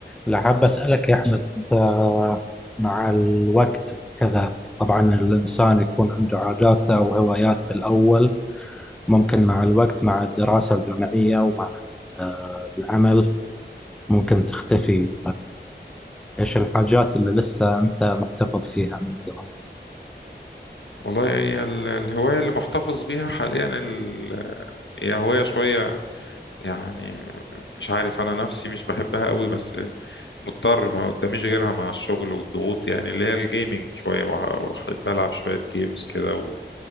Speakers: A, in the centre; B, on the left (about 80°).
A: لا حاب أسألك يا أحمد أنت مع الوقت وكذا طبعا الإنسان يكون عنده عاداته أو هوايات بالأول ممكن مع الوقت مع الدراسة الجامعية ومع آه، العمل ممكن تختفي فإيش الحاجات اللي لسه أنت محتفظ فيها من زمان
B: والله هي ال- الهواية اللي محتفظ بيها حاليا ال... هي هواية شوية يعني مش عارف أنا نفسي مش بحبها قوي بس مضطر ما قداميش غيرها مع الشغل والضغوط يعني اللي هي الجيمنج شوية بح- بحب ألعب شوية جيمز كده و...